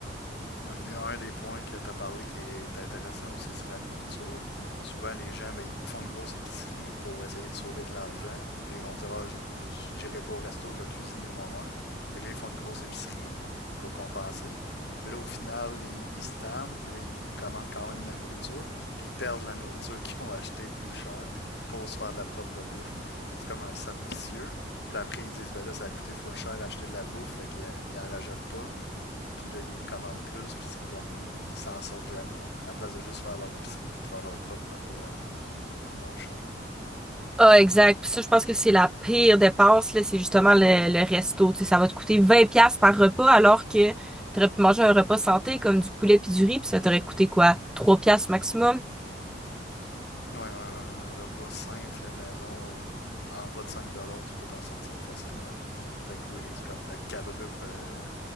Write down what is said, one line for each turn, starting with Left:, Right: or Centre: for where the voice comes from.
Left: Ouais, mais un des points que tu as parlé qui est intéressant aussi, c'est la nourriture. Souvent, les gens, ben, ils font une grosse épicerie pour essayer de sauver de l'argent. Puis là, ils vont dire, ah, j- j- j'irai pas au resto, je vais cuisiner moi-même. Fait que là, ils font une grosse épicerie pour compenser. Mais là, au final, ils, ils se tannent, puis là, ils, ils commandent quand même de la nourriture, puis ils perdent la nourriture <laughs> qu'ils ont achetée plus cher pour se faire de la propre bouffe. Fait que c'est comme un cercle vicieux. Puis là, après, ils disent, ben là, ça a coûté full cher acheter de la bouffe, fait qu'ils en ils en rajoutent pas. Puis là, ils commandent plus, puis c'est comme, ils s'en sortent jamais, à la place de juste faire leur épicerie puis de faire leur propre repas à, à- à moins cher.
Centre: Ah, exact. Puis ça, je pense que c'est la pire dépense, là, c'est justement le, le resto. Tu sais, ça va te coûter vingt pièces par repas alors que t'aurais pu manger un repas santé comme du poulet puis du riz, puis ça t'aurait coûté quoi? trois pièces maximum?
Left: Ouais, un, un repas sain, fait maison, euh, en bas de 5$ tu peux t'en sortir facilement. Fait que oui, c'est comme le quadruple, euh,